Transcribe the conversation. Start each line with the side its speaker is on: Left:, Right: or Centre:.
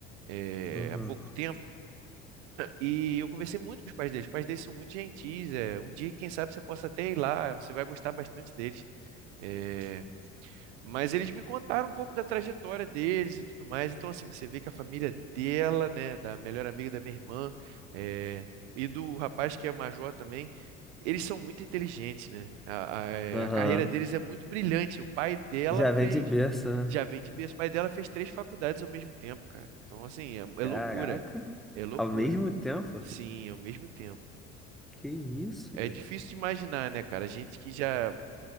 Right: eh,
Centre: Aham,
Right: há pouco tempo. E eu conversei muito com os pais deles. Os pais deles são muito gentis. é Um dia, quem sabe, você possa até ir lá. Você vai gostar bastante deles. Eh, mas eles me contaram um pouco da trajetória deles e tudo mais. Então, assim, você vê que a família dela, né, da melhor amiga da minha irmã, eh, e do rapaz que é major também, eles são muito inteligentes, né? A, a, eh,
Centre: aham.
Right: a carreira deles é muito brilhante. O pai dela
Centre: Já
Right: fez,
Centre: vem de berço, né?
Right: já vem de berço, o pai dela fez três faculdades ao mesmo tempo, cara. Então, assim, é,
Centre: Caraca,
Right: é loucura, é loucura.
Centre: ao mesmo tempo?
Right: Sim, ao mesmo tempo.
Centre: Que isso?
Right: É, é difícil de imaginar, né, cara? A gente que já